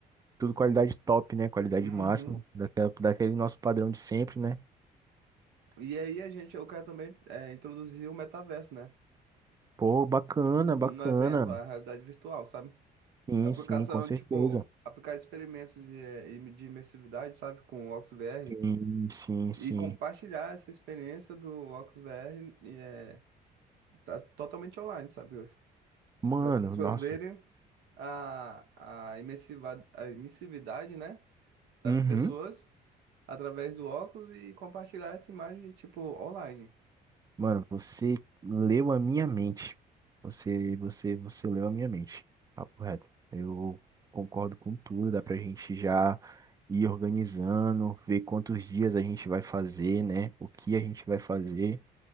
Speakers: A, on the right; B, on the right.
A: Tudo qualidade top, né? Qualidade
B: Uhum.
A: máxima. Daquela, daquele nosso padrão de sempre, né?
B: E aí a gente, eu quero também é, introduzir o metaverso, né?
A: Pô, bacana,
B: No
A: bacana.
B: evento, a realidade virtual, sabe?
A: Sim,
B: Aplicação,
A: sim, com certeza.
B: tipo, aplicar experimentos de, de imersividade, sabe? Com o Oculus VR.
A: Sim, sim,
B: E
A: sim.
B: compartilhar essa experiência do Oculus VR e, é, tá totalmente online, sabe?
A: Mano,
B: para as pessoas
A: nossa.
B: verem a, a, imersiva, a imersividade, né, das
A: Uhum.
B: pessoas através do óculos e compartilhar essa imagem, tipo, online.
A: Mano, você leu a minha mente. Você, você, você leu a minha mente. Papo reto. Eu concordo com tudo. Dá pra gente já ir organizando, ver quantos dias a gente vai fazer, né? O que a gente vai fazer.